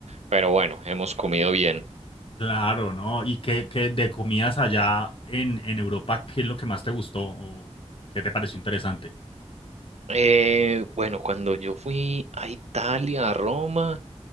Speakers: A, on the right; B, on the left.
A: pero bueno, hemos comido bien.
B: Claro, ¿no? ¿Y qué, qué de comidas allá en, en Europa, qué es lo que más te gustó o, o qué te pareció interesante?
A: Eh, bueno, cuando yo fui a Italia, a Roma,